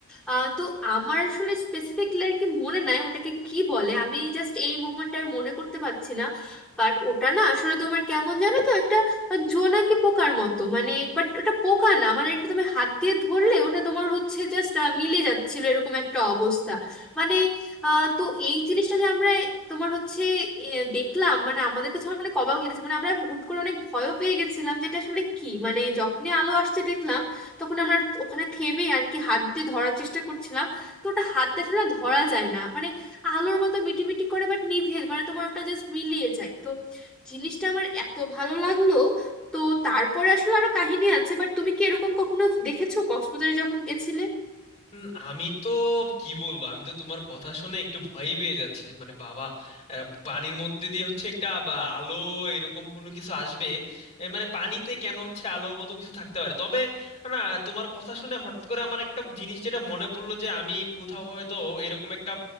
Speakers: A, in the centre; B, on the left (about 30°).
A: আহ, তো আমার আসলে স্পেসিফিকলি আর কি মনে নাই ওটাকে কি বলে আমি জাস্ট এই মুভমেন্টটা আমি মনে করতে পারছি না বাট ওটা না আসলে তোমার কেমন জানো তো একটা জোনাকি পোকার মতো মানে বাট ওটা পোকা না মানে এটা তুমি হাত দিয়ে ধরলে ওটা তোমার হচ্ছে জাস্ট মিলে যাচ্ছিল এরকম একটা অবস্থা মানে আহ, তো এই জিনিসটা যে আমরা তোমার হচ্ছে এ, দেখলাম মানে আমাদের কাছে অনেক অবাক লেগেছে মানে আমরা হুট করে অনেক ভয়ও পেয়ে গেছিলাম যেটা আসলে কি মানে যখনই আলো আসছে দেখলাম তখন আমরা ওখানে থেমে আর কি হাত দিয়ে ধরার চেষ্টা করছিলাম তো ওটা হাত দিয়ে আসলে ধরা যায় না মানে আলোর মতো মিটিমিটি করে বাট নিভে মানে তোমার ওটা জাস্ট মিলিয়ে যায় তো জিনিসটা আমার এত ভালো লাগলো তো তারপরে আসলে আরো কাহিনী আছে বাট তুমি কি এরকম কখনো দেখেছো কক্সবাজারে যখন গেছিলে
B: উম, আমি তো কি বলবো আমি তো তোমার কথা শুনে একটু ভয়ই পেয়ে যাচ্ছি যে মানে বাবা আহ, পানির মধ্যে দিয়ে হচ্ছে একটা বা আলো এরকম কোনো কিছু আসবে এ, মানে পানিতে কেন হচ্ছে আলোর মতো কিছু থাকতে পারে তবে না তোমার কথা শুনে হঠাৎ করে আমার একটা জিনিস যেটা মনে পড়লো যে আমি কোথাও হয়তো এরকম একটা